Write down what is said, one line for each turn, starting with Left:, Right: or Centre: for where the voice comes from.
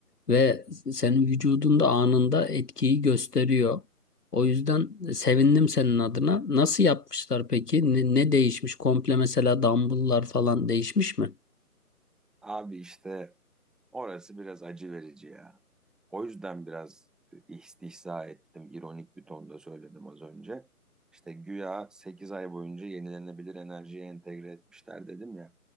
Left: ve senin vücudunda anında etkiyi gösteriyor. O yüzden sevindim senin adına. Nasıl yapmışlar peki? Ne, ne değişmiş? Komple mesela dumbbell'lar falan değişmiş mi?
Centre: Abi işte Orası biraz acı verici ya. O yüzden biraz istihza ettim. ironik bir tonda söyledim az önce. İşte güya 8 ay boyunca yenilenebilir enerjiye entegre etmişler dedim ya.